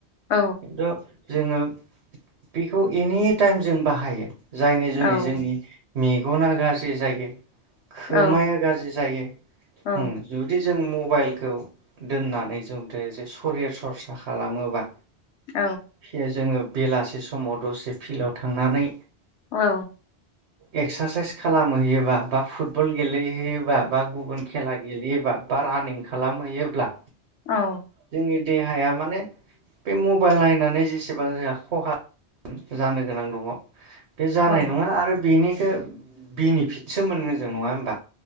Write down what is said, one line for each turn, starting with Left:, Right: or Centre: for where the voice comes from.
Left: औ
Right: खिन्थु जोङो बेखौ एनि टाइम जों बाहायो। जायनि जुनै
Left: औ
Right: जोंनि मेग गना गाज्रि जायो। खोमाया
Left: औ
Right: गाज्रि जायो।
Left: औ
Right: ओम जुदि जों म बाइलखौ दोननानै जोंदो जे सरिया सरसा खालामोबा।
Left: औ
Right: फे जोङो बेलासे समाव दसे फिल्डआव थांनानै
Left: औ
Right: एक्सारसाइस खालामहैयोबा बा फुटबल गेलेहैयोबा बा गुबुन खेला गेलेयोबा बा रानिं खालामहैयोब्ला
Left: औ
Right: जोंनि देहाया माने बे मबाइल नायनानै जेसेबां जोंहा खहा <inaudible> जानो गोनां दङ। बे जानाय
Left: औ
Right: नङा आरो बेनि सो बिनिफिटसो मोनगोन जों नङा होमबा?